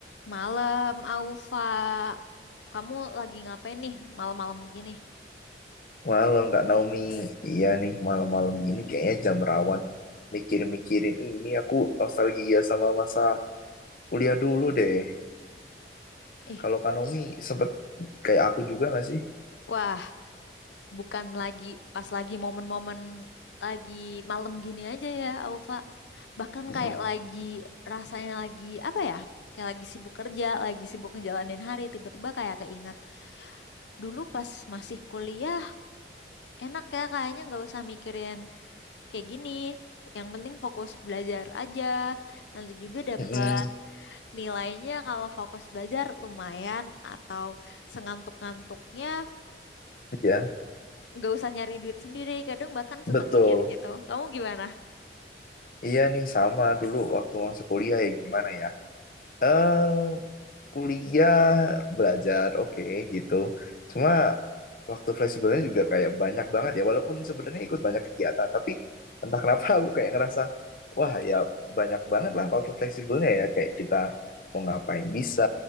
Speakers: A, on the left (about 80°); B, on the left (about 50°).
A: Malam, Aufa. Kamu lagi ngapain nih malam-malam begini?
B: Malam Kak Naomi, iya nih malam-malam gini kayaknya jam rawan mikir-mikirin "Ih, ini aku nostalgia sama masa kuliah dulu deh.
A: Ih,
B: Kalau Kak Naomi sempet kayak aku juga nggak sih?
A: wah, bukan lagi pas lagi momen-momen lagi malam gini aja ya, Aufa. Bahkan
B: Mm-mm.
A: kayak lagi rasanya lagi apa ya? Kayak lagi sibuk kerja, lagi sibuk ngejalanin hari, tiba-tiba kayak keingat dulu pas masih kuliah, enak ya kayaknya nggak usah mikirin kayak gini. Yang penting fokus belajar aja. Nanti juga dapat
B: Mm-mm.
A: Nilainya kalau fokus belajar lumayan atau sengantuk-ngantuknya
B: Ya,
A: nggak usah nyari duit sendiri. Kadang bahkan
B: betul.
A: suka mikir gitu. Kamu gimana?
B: Iya nih sama dulu waktu masa kuliah ya gimana ya? Eh kuliah belajar oke gitu. Cuma waktu fleksibelnya juga kayak banyak banget ya walaupun sebenarnya ikut banyak kegiatan tapi entah kenapa aku kayak ngerasa wah ya banyak banget lah waktu fleksibelnya ya kayak kita mau ngapain bisa